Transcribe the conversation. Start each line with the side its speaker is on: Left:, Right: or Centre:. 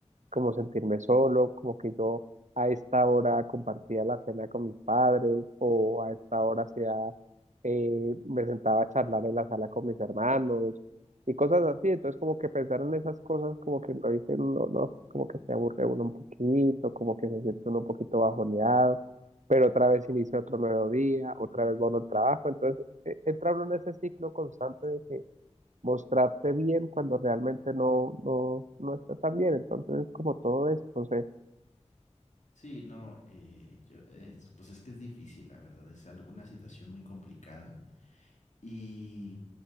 Right: como sentirme solo, como que yo a esta hora compartía la cena con mis padres o a esta hora hacía, eh, me sentaba a charlar en la sala con mis hermanos y cosas así. Entonces como que pensar en esas cosas como que lo dicen, no, no, como que se aburre uno un poquito, como que se siente uno un poquito bajoneado, pero otra vez inicia otro nuevo día, otra vez va uno al trabajo. Entonces eh, entra uno en ese ciclo constante de que mostrarse bien cuando realmente no, no, no está tan bien. Entonces es como todo esto,
Left: Sí, no, eh, yo, es- pues es que es difícil, la verdad, es alguna situación muy complicada. y